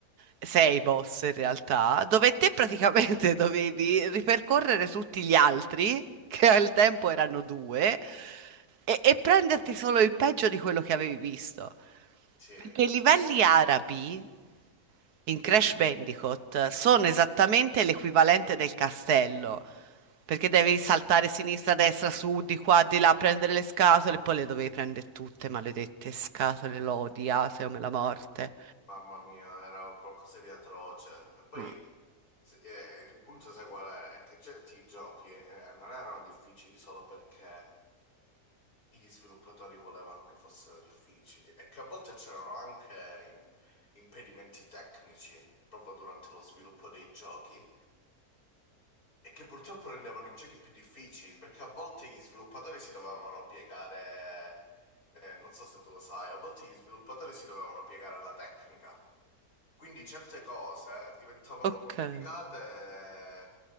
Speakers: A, on the right (about 85°); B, on the left (about 80°).
A: 6 boss in realtà, dove te praticamente <laughs> dovevi ripercorrere tutti gli altri, che al tempo erano due, e e prenderti solo il peggio di quello che avevi visto.
B: Sì,
A: Che i livelli
B: sì,
A: arabi in Crash Bandicoot sono esattamente l'equivalente del castello, perché devi saltare sinistra, destra, su, di qua, di là, prendere le scatole e poi le dovevi prendere tutte, maledette scatole, l'ho odiate come la morte.
B: mamma mia, era qualcosa di atroce. E poi
A: Mm.
B: sì, eh, il punto, sai qual è? È che certi giochi eh, non erano difficili solo perché gli sviluppatori volevano che fossero difficili e che a volte c'erano anche im- impedimenti tecnici proprio durante lo sviluppo dei giochi e che purtroppo rendevano i giochi più difficili perché a volte gli sviluppatori si dovevano piegare, eh, non so se tu lo sai, a volte gli sviluppatori si dovevano piegare alla tecnica. Quindi certe cose diventavano
A: Ok.
B: complicate